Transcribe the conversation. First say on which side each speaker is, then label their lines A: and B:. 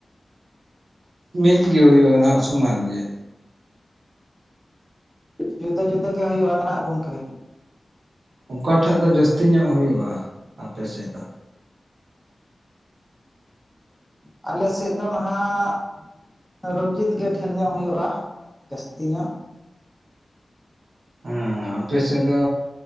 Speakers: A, on the right (about 80°); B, in the centre.
A: ᱢᱤᱫ ᱜᱮ ᱦᱩᱭᱩᱜᱼᱟ ᱱᱟᱦᱟᱜ ᱥᱚᱢᱟᱱ ᱜᱮ
B: ᱡᱩᱫᱟᱹ ᱡᱩᱫᱟᱹ ᱜᱮ ᱦᱩᱭᱩᱜᱼᱟ ᱱᱟᱦ ᱜᱚᱝᱹᱠᱮ
A: ᱚᱠᱟᱴᱟᱜᱹ ᱫᱚ ᱡᱟᱹᱥᱛᱤ ᱧᱚᱜ ᱦᱩᱭᱩᱜᱼᱟ ᱟᱯᱮ ᱥᱮᱫ ᱫᱚ?
B: ᱟᱞᱮ ᱥᱮᱫ ᱫᱚ ᱱᱟᱦᱟᱜ ᱨᱚᱸᱡᱤᱛ ᱜᱮ ᱰᱷᱮᱨ ᱧᱚᱜᱹ ᱦᱩᱭᱩᱜᱭᱼᱟ ᱡᱟᱹᱥᱛᱤ ᱧᱚᱜᱹ
A: ᱦᱮᱸ ᱟᱯᱮ ᱥᱮᱫ ᱫᱚ